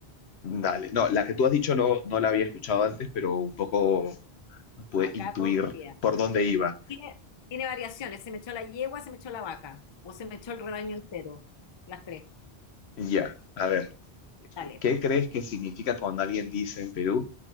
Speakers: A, on the left; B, on the left.
A: dale. No, la que tú has dicho no, no la había escuchado antes, pero un poco pude
B: Acá
A: intuir
B: todos los días.
A: por dónde iba.
B: Tiene, tiene variaciones. Se me echó la yegua, se me echó la vaca. O se me echó el rebaño entero. Las tres.
A: Ya, a ver,
B: Dale.
A: ¿qué crees que significa cuando alguien dice en Perú?